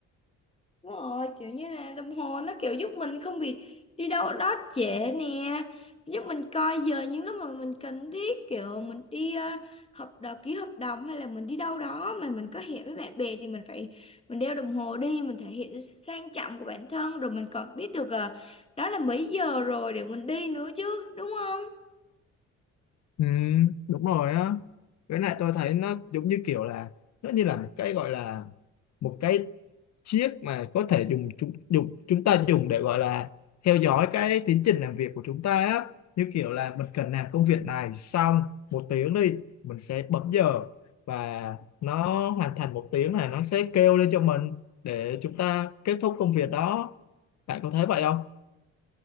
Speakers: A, on the left (about 20°); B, on the left (about 60°).
A: Đúng rồi kiểu như là đồng hồ nó kiểu giúp mình không bị đi đâu đó trễ nè giúp mình coi giờ những lúc mà mình cần thiết kiểu mình đi ờ, hợp đồng ký hợp đồng hay là mình đi đâu đó mà mình có hẹn với bạn bè thì mình phải mình đeo đồng hồ đi mình thể hiện sự sang trọng của bản thân rồi mình còn biết được ờ, đó là mấy giờ rồi để mình đi nữa chứ đúng không
B: ừ, đúng rồi á với lại tôi thấy nó giống như kiểu là nó như là một cái gọi là một cái chiếc mà có thể dùng chúng dùng chúng ta dùng để gọi là theo dõi cái tiến trình làm việc của chúng ta á như kiểu là mình cần làm công việc này xong một tiếng đi mình sẽ bấm giờ và nó hoàn thành một tiếng này nó sẽ kêu lên cho mình để chúng ta kết thúc công việc đó bạn có thấy vậy không?